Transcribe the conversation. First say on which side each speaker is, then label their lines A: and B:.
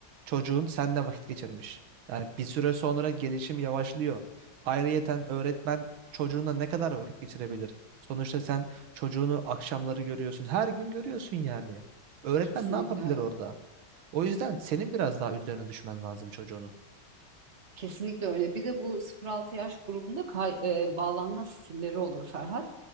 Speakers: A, on the right; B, on the right.
A: çocuğun seninle vakit geçirmiş. Yani bir süre sonra gelişim yavaşlıyor. Ayrıyeten öğretmen Çocuğuna ne kadar vakit geçirebilir? Sonuçta sen çocuğunu akşamları görüyorsun. Her gün görüyorsun yani. Öğretmen
B: Kesinlikle
A: ne yapabilir
B: öyle.
A: orada? O yüzden senin biraz daha üzerine düşmen lazım çocuğunun.
B: Kesinlikle öyle. Bir de bu 0-6 yaş grubunda kay- e, bağlanma stilleri olur Ferhat.